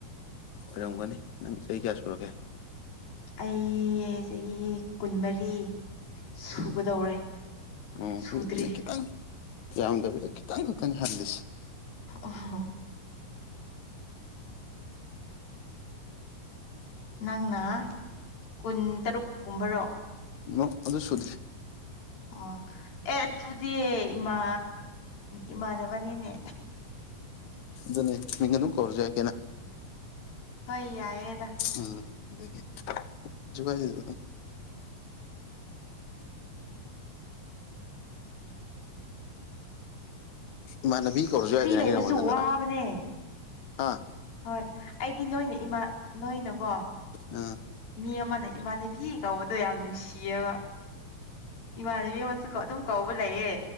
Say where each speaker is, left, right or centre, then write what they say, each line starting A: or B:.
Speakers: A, on the left; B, on the left.
A: ꯑꯣꯏꯔꯝꯒꯅꯤ ꯅꯪ ꯆꯍꯤ ꯀꯌꯥ ꯁꯨꯔꯒꯦ
B: ꯑꯩ ꯆꯍꯤ ꯀꯨꯟꯃꯔꯤ ꯁꯨꯒꯗꯧꯔꯦ
A: ꯑꯣ
B: ꯁꯨꯗ꯭ꯔꯤ
A: ꯑꯩ ꯑꯩꯅ ꯈꯤꯇꯪ ꯌꯥꯝꯗꯕꯤꯗ ꯈꯤꯇꯪ ꯈꯛꯇꯅꯤ ꯍꯜꯂꯤꯁꯦ
B: ꯑꯣꯍꯣ ꯅꯪꯅ ꯀꯨꯟ ꯇꯔꯨꯛꯀꯨꯝꯕꯔꯣ
A: ꯅꯣꯠ ꯑꯗꯨ ꯁꯨꯗ꯭ꯔꯤ
B: ꯑꯣ ꯑꯦ ꯑꯗꯨꯗꯤ ꯏꯃꯥ ꯏꯃꯥꯟꯅꯕꯅꯤꯅꯦ
A: ꯑꯗꯨꯅꯦ ꯃꯤꯡ ꯑꯗꯨꯝ ꯀꯧꯔꯖꯨ qꯌꯥꯢ ꯀꯦꯅ
B: ꯍꯣꯏ ꯌꯥꯏꯌꯦꯗ
A: ꯎꯝ ꯑꯗꯨꯗꯒꯤꯁꯨ ꯀꯥꯏꯁꯤ ꯏꯃꯥꯟꯅꯕꯤ
B: ꯑꯁ
A: ꯀꯧꯔꯁꯨ
B: ꯐ꯭ꯔꯤ
A: ꯌꯥꯏꯗꯅ
B: ꯂꯩꯕꯁꯨ
A: ꯑ ꯅꯉꯣꯟꯗ ꯅꯠꯇ
B: ꯋꯥꯕꯅꯦ
A: ꯑꯥ
B: ꯍꯣꯏ ꯑꯩꯗꯤ ꯅꯣꯏꯅꯦ ꯏꯃꯥ ꯅꯣꯏꯅꯀꯣ
A: ꯎꯝ
B: ꯃꯤ ꯑꯃꯅ ꯏꯃꯥꯟꯅꯕꯤ ꯀꯧꯕꯗꯣ ꯌꯥꯝ ꯅꯨꯡꯁꯤꯌꯦꯕ ꯏꯃꯅꯕꯤ ꯑꯃꯁꯨ ꯑꯗꯨꯝ ꯀꯧꯕ ꯂꯩꯌꯦ